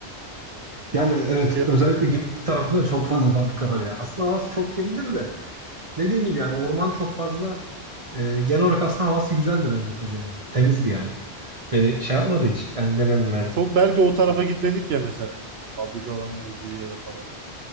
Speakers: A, on the right; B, on the right.
A: Yani evet
B: Şey
A: özellikle
B: yani.
A: Gebze tarafında çok fazla fabrika var ya. Aslında havası çok kirlidir de. Dediğin gibi yani orman çok fazla. E, genel olarak aslında havası güzeldi bence Kocaeli'nin. Temizdi yani. Beni şey yapmadı hiç. Yani demedim ben.
B: Çok belki o tarafa
A: şey,
B: gitmedik
A: kötü diye.
B: ya mesela biz o fabrikaların olduğu yere falan.